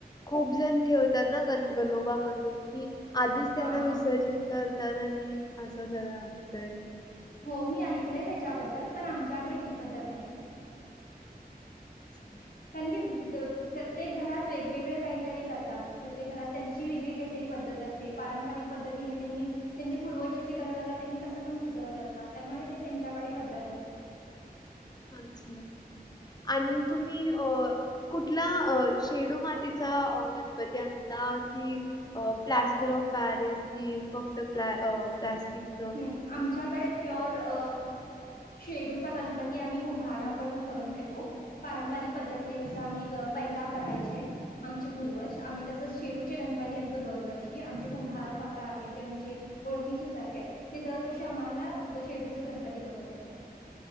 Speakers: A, on the left (about 25°); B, on the left (about 60°).
A: खूप जण ठेवतात ना. ग गनोबा म्हणून. की, आधीच त्यांना
B: हां.
A: विसर्जित करतात. आणि असं सगळं असतंय.
B: हो, मी ऐकलंय त्याच्याबद्दल. पण आमच्याकडे ती पद्धत नाहीय.
A: अच्छा.
B: आणखीन देव <unintelligible> ते घरात वेगवेगळे काहीतरी करतात. प्रत्येक घरात त्यांची, वेगळी काहीतरी पद्धत असते. पारंपरिक पद्धतीने त्यांनी त्यांचे पूर्वज जसे करत आला. त्यांनी तसं पण पुजवत असतात. त्यामुळे ते त्यांच्याकडे पद्धत असते.
A: अच्छा, अच्छा. आणि तुम्ही अ कुठला अ शेडू मातीचा गणपती आणता कि अ प्लास्टर ऑफ पॅरिस कि फक्त प्याल- प्लास्टिकच?
B: नाही आमच्याकडे प्युअर अ शेडूचा गणपती आम्ही कुंभाराकडून करून घेतो. पारंपरिक पद्धतीने जसं आम्ही पहिला करायचे. आमचे पूर्वज आम्ही तसंच शेडूचे गणपती आणतो दरवर्षी आमचे कुंभार काका आहेत जे आमचे ओळखीचेच आहेत ते दरवर्षी आम्हाला शेडूच्याच गणपती करून देतात.